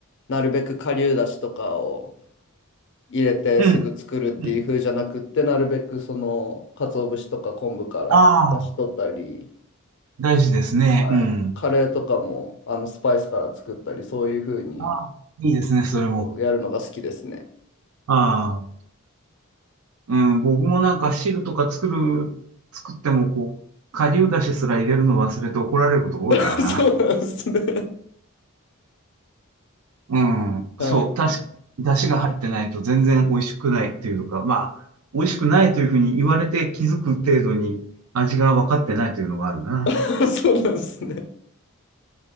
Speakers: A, on the left; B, on the right.
A: なるべく顆粒だしとかを入れてすぐ作るっていう風じゃなくって、
B: うん、うん。
A: なるべくその、鰹節とか昆布から出し取ったり、
B: ああ、大事ですね。
A: はい、
B: うん。
A: カレーとかもあのスパイスから作ったり、そういう風に
B: ああ、いいですね、それも。
A: 結構やるのが好きですね。
B: ああ。うん、僕もなんか汁とか作る、作ってもこう、顆粒だしすら入れるの忘れて怒られることが多いからな。
A: <laughs> そうなんですね。
B: うん。
A: はい。
B: そう、確かに、だしが入ってないと全然美味しくないっていうか、まあ、美味しくないというふうに言われて気づく程度に味が分かってないというのがあるな。
A: <laughs> そうなんですね。